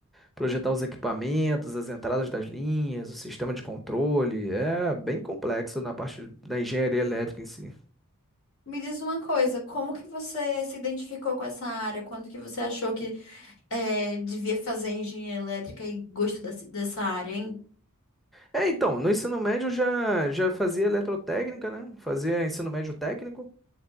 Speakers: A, in the centre; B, on the left.
A: projetar os equipamentos, as entradas das linhas, o sistema de controle. É bem complexo na parte da engenharia elétrica em si.
B: Me diz uma coisa, como que você se identificou com essa área? Quando que você achou que eh, devia fazer engenharia elétrica e gostou dessa dessa área, hein?
A: É, então, no ensino médio eu já, já fazia eletrotécnica, né? Fazia ensino médio técnico.